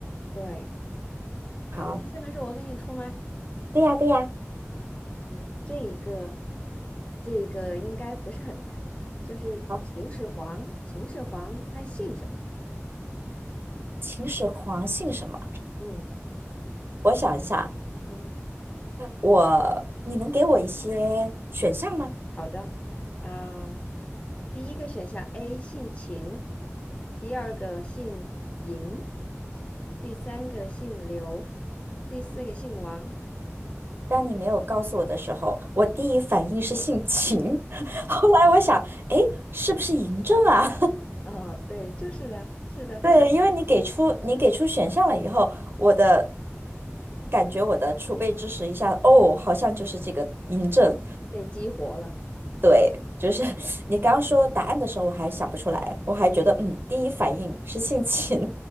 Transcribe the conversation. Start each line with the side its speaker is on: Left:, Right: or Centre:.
Left: 对。
Right: 好，
Left: 好，那下面是我给你出吗？
Right: 对呀，对呀。
Left: 嗯，这一个，这一个应该不是很难，就是秦始皇，
Right: 好，
Left: 秦始皇他姓什么？
Right: 秦始皇姓什么？
Left: 嗯
Right: 我想一下，
Left: 嗯，
Right: 我，你能给我一些选项吗？
Left: 好的，啊、第一个选项 A 姓秦，第二个姓嬴，第三个姓刘，第四个姓王。
Right: 当你没有告诉我的时候，我第一反应是姓秦，<laughs> 后来我想，哎，是不是嬴政啊？
Left: 哦，对，就是的，是的，
Right: <laughs> 对，
Left: 是的
Right: 因为你给出你给出选项了以后，我的感觉我的储备知识一下，哦，好像就是这个嬴政。
Left: 被激活了。
Right: 对，就是 <laughs> 你刚说答案的时候，我还想不出来，我还觉得嗯，第一反应是姓秦。